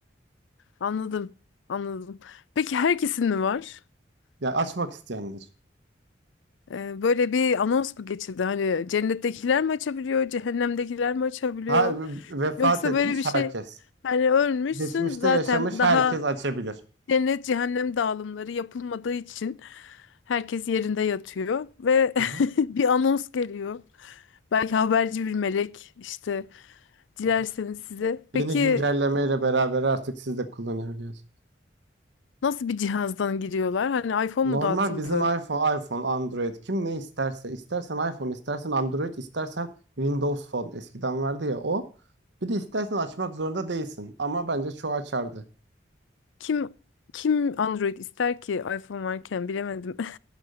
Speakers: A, on the left (about 75°); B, on the right (about 65°).
A: Anladım. Anladım. Peki herkesin mi var?
B: Ya açmak isteyendir.
A: Ee, Böyle bir anons mu geçildi? Hani cennettekiler mi açabiliyor, cehennemdekiler mi açabiliyor?
B: Ha, vefat
A: Yoksa
B: etmiş
A: böyle bir şey
B: herkes.
A: hani ölmüşsün
B: Geçmişte
A: zaten
B: yaşamış
A: daha
B: herkes açabilir.
A: cennet cehennem dağılımları yapılmadığı için herkes yerinde yatıyor ve
B: Hı hı,
A: <laughs> bir anons geliyor. Belki haberci bir melek işte dilerseniz
B: hı hı.
A: size.
B: Yeni
A: Peki
B: güncellemeyle beraber artık siz de kullanabiliyorsunuz.
A: nasıl bir cihazdan giriyorlar? Hani iPhone
B: Normal
A: mu dağıtıldı?
B: bizim iPhone, iPhone, Android kim ne isterse, istersen iPhone, istersen Android, istersen Windows Phone eskiden vardı ya o. Bir de istersen açmak zorunda değilsin ama bence çoğu açardı.
A: Kim kim Android ister ki iPhone varken bilemedim.